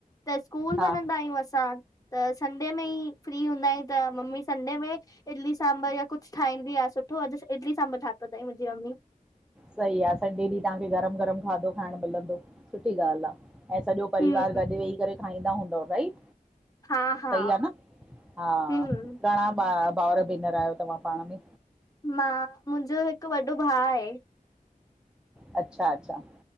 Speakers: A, on the left (about 25°); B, in the centre.
A: त स्कूल
B: हा
A: वञंदा आहियूं असां त संडे में ई फ्रीूं। हूंदा त मम्मी संडे में इडली सांभर या कुझु ठाहींदी आहे सुठो अॼु इडली सांभर ठायो अथई मुंहिंजी मम्मी।
B: सही आहे संडे ॾींहुं तव्हांखे गरम गरम खाधो खाइण मिलंदो सुठी ॻाल्हि आहे। ऐं, सॼो परिवार
A: हम्म
B: गॾु वेही करे खाईंदा हूंदव राइट।
A: हा हा
B: सही आहे न, हा
A: हम्म
B: घणा भावउर भेनर आहियो तव्हां पाण में?
A: मां, मुंहिंजो हिकु वॾो भाउ आहे।
B: अच्छा अच्छा